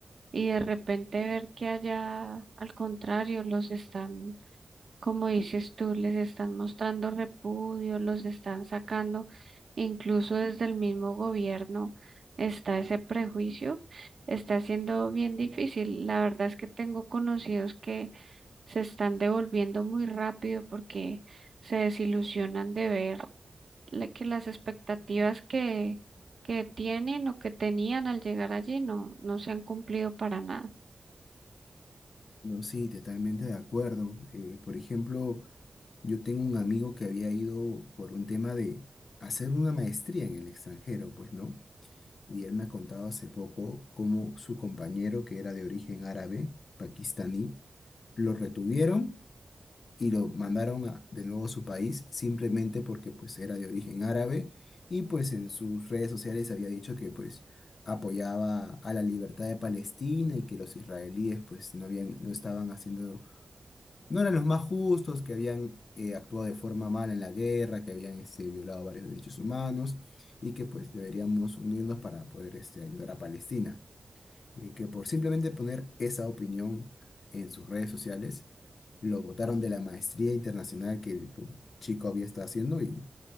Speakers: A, on the right; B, on the left.
A: y de repente ver que allá, al contrario, los están como dices tú, les están mostrando repudio, los están sacando, incluso desde el mismo gobierno está ese prejuicio, está siendo bien difícil. La verdad es que tengo conocidos que se están devolviendo muy rápido porque se desilusionan de ver la- que las expectativas que, que tienen o que tenían al llegar allí no, no se han cumplido para nada.
B: No, sí, totalmente de acuerdo. Eh, por ejemplo, yo tengo un amigo que había ido por un tema de hacer una maestría en el extranjero, pues, ¿no? Y él me ha contado hace poco cómo su compañero, que era de origen árabe, pakistaní, lo retuvieron y lo mandaron a- de nuevo a su país simplemente porque pues era de origen árabe y pues en sus redes sociales había dicho que pues apoyaba a la libertad de Palestina y que los israelíes pues no habían, no estaban haciendo, no eran los más justos, que habían eh, actuado de forma mala en la guerra, que habían este, violado varios derechos humanos y que pues deberíamos unirnos para poder este, ayudar a Palestina y que por simplemente poner esa opinión en sus redes sociales, lo botaron de la maestría internacional que el pu- chico había estado haciendo y,